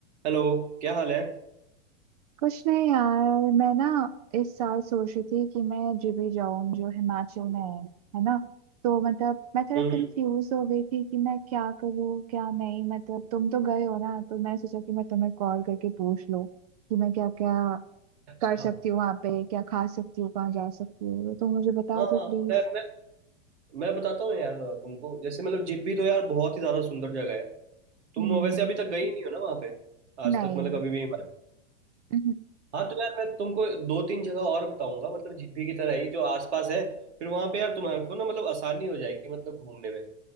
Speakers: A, on the right (about 85°); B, on the right (about 35°).
A: हेलो क्या हाल है
B: कुछ नहीं यार मैं ना इस साल सोच रही थी कि मैं जीबी जाऊं जो हिमाचल में है है ना तो मतलब मैं थोड़ा
A: हम्म
B: कंफ्यूज
A: हम्म।
B: हो गई थी कि मैं क्या करूं क्या नहीं मतलब तुम तो गए हो ना तो मैंने सोचा कि मैं तुम्हें कॉल करके पूछ लूं कि मैं क्या क्या
A: अच्छा
B: कर सकती हूँ वहां पे क्या खा सकती हूँ कहाँ जा सकती हूँ तो मुझे बता
A: हाँ
B: दो
A: हाँ
B: प्लीज
A: मैं मैं मैं बताता हूँ यार तुमको जैसे मतलब जिब्बी तो यार बहुत ही ज्यादा सुंदर जगह है तुम
B: हम्म
A: वैसे अभी तक गई नहीं हो ना वहाँ पे आज
B: नहीं
A: तक मतलब कभी भी
B: <laughs>
A: हाँ तो यार मैं तुमको दो तीन जगह और बताऊंगा मतलब जिब्बी की तरह ही जो आसपास है फिर वहाँ पे यार तुम्हारे को ना मतलब आसानी हो जाएगी मतलब घूमने में